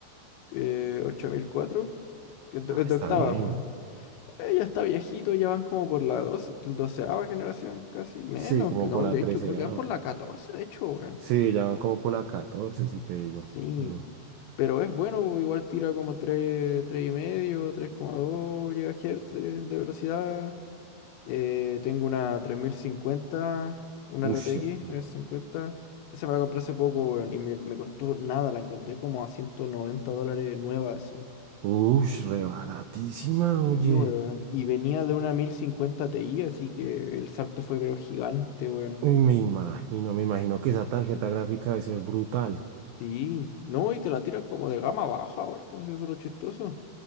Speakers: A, on the left; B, on the right.
A: eh, ocho mil cuatro que es de,
B: Ah,
A: es
B: está
A: de octava,
B: bien.
A: pues. ya está viejito, ya van como por la 12, doceava generación, casi menos,
B: Sí, como
A: que no,
B: por la
A: de
B: 13
A: hecho, creo que van por la 14 de hecho, weón.
B: Sí, ya van como por la 14 si te digo.
A: Sí,
B: Mm.
A: pero es bueno, igual tira como tres tres y medio 3 coma dos GHz de de velocidad. Eh, tengo una tres mil cincuenta una
B: Ush,
A: RTX
B: em, no.
A: cincuenta Esa me la compré hace poco, weón, y me, me costó nada. La encontré como a 190 dólares nueva, así.
B: ush, re baratísima,
A: Sí,
B: oye.
A: weón. Y venía de una 1050 Ti, así que el salto fue pero gigante, weón.
B: Uy, me imagino, me imagino que esa tarjeta gráfica debe ser brutal.
A: Sí. No, y te la tiran como de gama baja ahora, con eso es lo chistoso.